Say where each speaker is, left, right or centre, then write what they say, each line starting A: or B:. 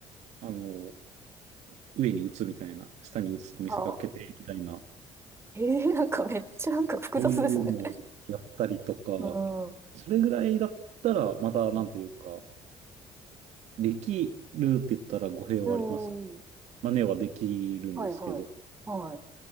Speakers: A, on the right; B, on the right.
A: あの、上に打つみたいな、下に打つと見せかけてみたいな、
B: はあ。ええなんかめっちゃなんか複雑ですね。
A: そういうのをやったりとか、
B: うん。う
A: それぐらいだったら、また、
B: ん。
A: なんというか、できるって言ったら語弊はありますけど、
B: うん
A: 真似はできるんですけど、
B: はいはい。はい。